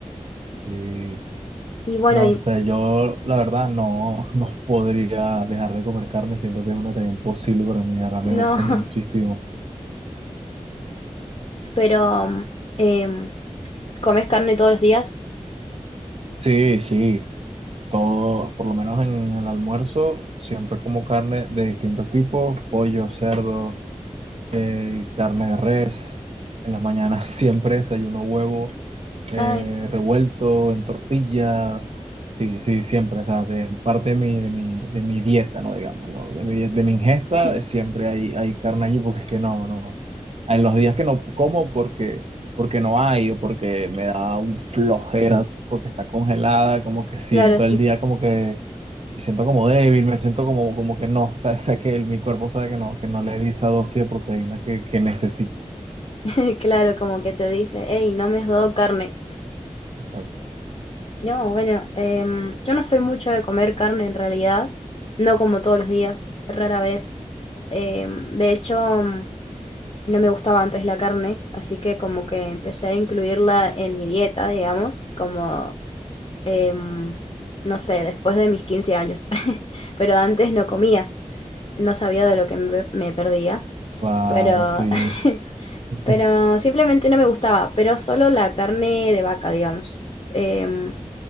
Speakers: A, on the right; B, on the left.
A: Sí.
B: Y bueno,
A: No
B: y
A: sé, yo la verdad no, <laughs> no podría dejar de comer carne, siento que es una tarea imposible para mí, ahora me
B: No,
A: gusta muchísimo.
B: <laughs> pero mm, em, ¿comes carne todos los días?
A: Sí, sí, todo, por lo menos en el almuerzo, siempre como carne de distintos tipos, pollo, cerdo. eh, carne de res. En las mañanas <laughs> siempre desayuno huevo eh,
B: Ay,
A: revuelto en tortilla. Sí, sí, siempre. O sea, es parte de mi, de mi, de mi dieta, ¿no? Digamos, ¿no? De mi, de mi ingesta
B: <laughs>
A: eh, siempre hay, hay carne allí porque es que no, no. En los días que no como porque, porque no hay o porque me da un flojera porque está congelada, como que siento
B: claro, sí.
A: el día como que me siento como débil, me siento como, como que no, <laughs> o sea, sé que el- mi cuerpo sabe que no, que no le di esa dosis de proteína que, que necesita.
B: <laughs> Claro, como que te dice, hey, no me has dado carne.
A: Exacto.
B: No, bueno, em, yo no soy mucho de comer carne en realidad. No como todos los días, rara vez. Em, de hecho, mm, no me gustaba antes la carne, así que como que empecé a incluirla en mi dieta, digamos, como, em, no sé, después de mis 15 años. <laughs> Pero antes no comía. no sabía de lo que me, me perdía,
A: Claro,
B: pero,
A: sí.
B: <laughs>
A: <laughs>
B: pero simplemente no me gustaba, pero solo la carne de vaca, digamos. Em,